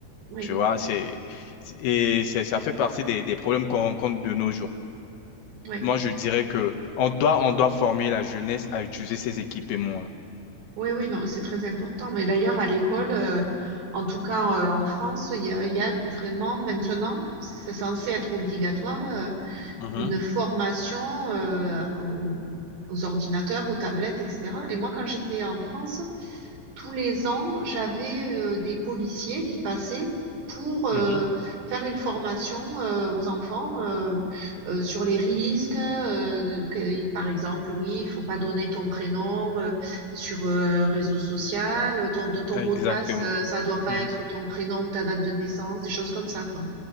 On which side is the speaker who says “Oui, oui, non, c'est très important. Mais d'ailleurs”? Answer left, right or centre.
Right